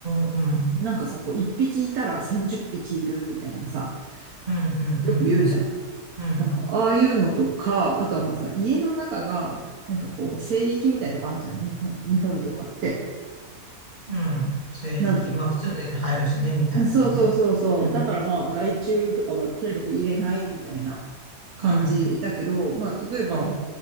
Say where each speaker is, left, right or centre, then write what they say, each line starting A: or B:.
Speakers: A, on the right (about 30°); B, on the right (about 75°).
A: ー、うん。
B: なんかさ、こう、一匹いたら30匹いるみたいなさ、
A: うん。うん。うん。
B: よく言うじゃん。
A: うん。うん。
B: なんか、ああいうのとか、あとはまあさ、家の中が、なんかこう、聖域みたいなとこあるじゃん。日本、日本とかって。
A: うん聖域。
B: なん
A: まあ、靴脱いで入るしね、みたいな感じ。
B: そうそうそうそう。
A: うん。
B: だからまあ、害虫とかはとにかく入れないみたいな感じだけど、
A: うん。
B: まあ、例えば、
A: うん。